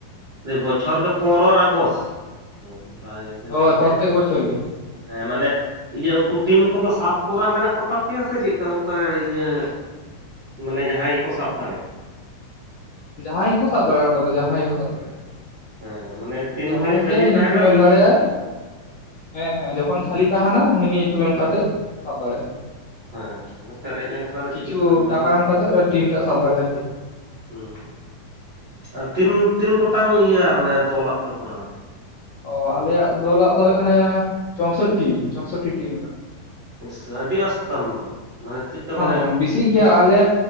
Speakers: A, on the right; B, on the left.
A: ᱵᱚᱪᱷᱚᱨ ᱜᱮ ᱯᱚᱱᱚᱨᱚᱨ ᱟᱜᱚᱥᱴ ᱦᱚᱸ ᱵᱷᱟᱜᱮ ᱜᱮ
B: ᱦᱳᱭ
A: ᱛᱟᱦᱚᱞᱮ᱾
B: ᱯᱨᱚᱛᱛᱮᱠ ᱵᱚᱪᱷᱚᱨ ᱜᱮ
A: ᱦᱮᱸ ᱢᱟᱱᱮ ᱤᱭᱟᱹ ᱩᱱᱠᱩ ᱴᱤᱢ ᱠᱚᱫᱚ ᱥᱟᱵ ᱠᱚᱨᱟ ᱢᱮᱱᱟᱜ ᱠᱚᱛᱟ ᱯᱮᱭᱟ ᱥᱮ ᱪᱮᱜᱠᱟ ᱚᱱᱠᱟ ᱤᱭᱟᱹᱼᱼ ᱢᱟᱱᱮ ᱡᱟᱦᱟᱸᱭ ᱜᱮᱠᱚ ᱥᱟᱵ ᱫᱟᱲᱮᱜ᱾
B: ᱡᱟᱦᱟᱸᱭ ᱜᱮᱠᱚ ᱥᱟᱵ ᱫᱟᱲᱮᱭᱟᱜᱼᱟ ᱚᱸᱰᱮ ᱫᱚ ᱡᱟᱦᱟᱸᱭ ᱜᱮᱠᱚ ᱥᱟᱵ ᱫᱟᱲᱮᱭᱟᱜᱼᱟ᱾
A: ᱦᱮᱸ ᱢᱟᱱᱮ ᱛᱤᱱ
B: ᱡᱟᱦᱟᱸᱭ
A: ᱜᱷᱟᱹᱲᱤᱡ ᱠᱷᱟᱹᱞᱤ
B: ᱜᱮ
A: ᱛᱟᱦᱮᱱᱟ
B: ᱧᱩᱛᱩᱢᱮ ᱮᱢ
A: ᱩᱱ
B: ᱫᱟᱲᱮᱜ ᱟᱭ᱾ ᱦᱮᱸ ᱦᱮᱸ ᱡᱚᱠᱷᱚᱱ ᱠᱷᱟᱹᱞᱤ ᱛᱟᱦᱮᱸᱱᱟ ᱩᱱᱤᱜᱮ ᱧᱩᱛᱩᱢ ᱮᱢ
A: ᱦᱮᱸ
B: ᱠᱟᱛᱮᱜ ᱥᱟᱵ ᱫᱟᱲᱮᱜᱼᱟ᱾
A: ᱦᱮᱸ ᱟᱫᱚ ᱯᱮᱨᱮᱡ ᱞᱮᱱᱠᱷᱟᱱ ᱟᱫᱟ
B: ᱠᱤᱪᱷᱩ
A: ᱪᱤᱠᱟᱹᱛᱮ ᱮᱢᱟ ᱟᱫᱚ
B: ᱴᱟᱠᱟ
A: ᱢᱟᱱᱮ᱾
B: ᱮᱢ ᱠᱟᱛᱮᱫ ᱴᱤᱢ ᱴᱟᱜ ᱥᱟᱵ ᱫᱟᱲᱮᱭᱟᱜᱼᱟ ᱟᱨᱠᱤ
A: ᱦᱩᱸ ᱟᱼᱛᱤᱱ ᱛᱤᱱ ᱜᱚᱴᱟᱝ ᱤᱭᱟᱹ ᱟᱜ ᱢᱟᱱᱮ ᱫᱚᱞᱟᱜ ᱯᱮ ᱠᱚᱨᱟᱣ ᱫᱟ?
B: ᱚ ᱟᱞᱮᱭᱟᱜ ᱫᱚᱞᱟᱜ ᱫᱚ ᱦᱩᱭᱩᱜ ᱠᱟᱱᱟ ᱪᱳᱥᱚᱴᱴᱤ ᱪᱳᱥᱚᱴᱴᱤ ᱴᱤᱢ ᱮᱱᱟᱜ᱾
A: ᱤᱥᱼᱥᱟ ᱟᱹᱰᱤ ᱟᱥᱚᱛᱟᱢ ᱫᱚ᱾ ᱢᱟᱱᱮ ᱪᱮᱫᱠᱟ ᱢᱟᱱᱮ
B: ᱦᱚᱸ ᱵᱮᱥᱤᱜ ᱜᱮᱭᱟ ᱟᱞᱮ